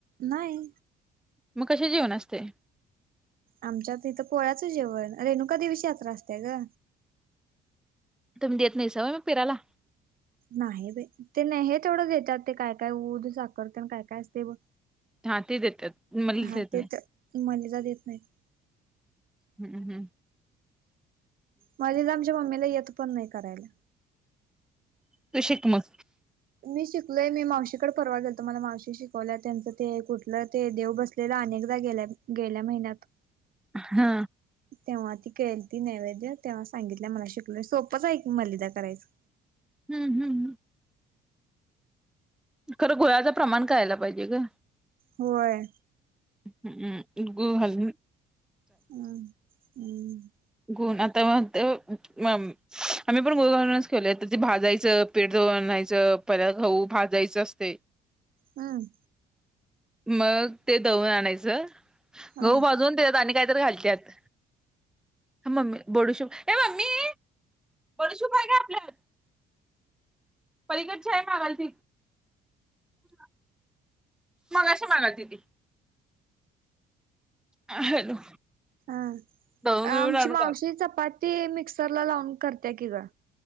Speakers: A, on the right; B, in the centre.
A: नाही
B: मग कसे जीवन असते
A: आमच्यात इथं पोळ्याच जेवण रेणुका देवीची यात्रा असतेय ग
B: तुम्ही देत नाही स मग फिराला
A: नाही बाई ते हे तथोडं देतात ते काय काय उद साखर तेकाय काय असते बघ
B: हा ते देतात मलिदा
A: हा
B: देत
A: ते तर मनीला देत नाहीत
B: हम्म हम्म
A: मलिदा तर आमच्या मम्मीला येत पण नाही करायला
B: तू शिक मग
A: मी शिकलोय मी मावशीकडे परवा गेल तर मला मावशी शिकवल्या त्यांचं ते कुठलं ते देव बसलेलं अनेक गेल्या गेल्या महिन्यात
B: हा
A: तेव्हा ती केलती ती नैवेद्य तेव्हा सांगितल्या मला शिकल सोपंच आहे की मलिदा करायचं
B: हम्म हम्म हम् खरं गोळ्याचं प्रमाण कळायला पाहिजे ग
A: होय
B: हम्म् गो हज
A: हम हम्
B: ग आता मग आम्ही पण गोगार्डनच केेवलं त्या भाजायच पे <unintelligible> पर भाजायचं असते
A: हम्म
B: मग ते दळून आणायचं
A: हा
B: गहू भाजून देत आणि काय घालत्यात आम्ही बडीशोप ए मम्मी बडीशोप हाय का आपल्यात परगतच्या आहे मगल त <unintelligible> मगाशी मागायला ती ह हॅलो
A: हा
B: दळून बिळून
A: आमची
B: आणू
A: मावशी
B: काय
A: चपाती मिक्सरला लावून करते की ग